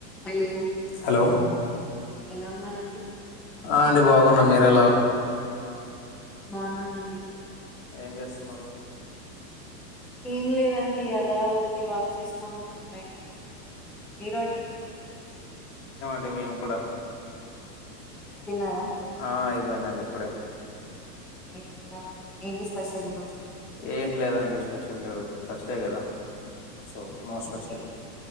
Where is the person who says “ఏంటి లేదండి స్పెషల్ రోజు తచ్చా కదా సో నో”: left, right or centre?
Left